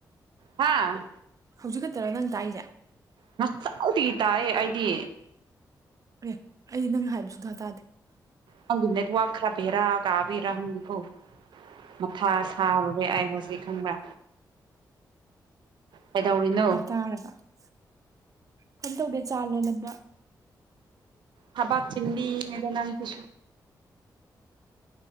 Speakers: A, on the right; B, on the right.
A: ꯍꯥꯥ
B: ꯍꯧꯖꯤꯛ ꯈꯛꯇꯔ ꯅꯪ ꯇꯥꯏꯖꯦ
A: ꯉꯁꯥꯏꯗꯒꯤ ꯇꯥꯔꯦ ꯑꯩꯗꯤ
B: ꯑꯦ ꯑꯩ ꯅꯪ ꯍꯥꯏꯕ ꯁꯨꯇꯥ ꯇꯥꯗꯦ
A: ꯈꯪꯗꯦ ꯅꯦꯠꯋꯥꯔꯛ ꯈꯔ ꯕꯦꯔꯥ ꯀꯥꯕꯦꯔꯥ ꯈꯪꯗꯦ ꯀꯣ ꯃꯊꯥ ꯊꯥꯔꯨꯔꯦ ꯑꯩ ꯍꯧꯖꯤꯛ ꯈꯪꯕ꯭ꯔ ꯀꯩꯗꯧꯔꯤꯅꯣ
B: <unintelligible> ꯀꯩꯝ ꯇꯧꯗꯦ ꯆꯥ ꯂꯣꯜꯂꯝꯕ
A: ꯊꯕꯛ ꯆꯤꯟꯕꯤꯅꯤꯗ ꯅꯪꯗꯤ